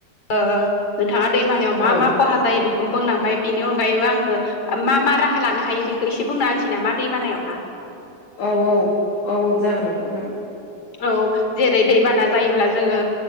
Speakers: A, on the left; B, on the left.
A: नोंथांङा दैबानायाव मा
B: औ
A: मा खहा जायो बेखौ बुंलांबाय बिनि अनगायैबो आंङो मा मा राहा लानो हायो बेखौ एसे बुंना होनसै नामा दै बानायावहा
B: औ औ औ औ जागोन नोंथां जागोन
A: औ जेरै दैबाना जायोब्ला जोंङो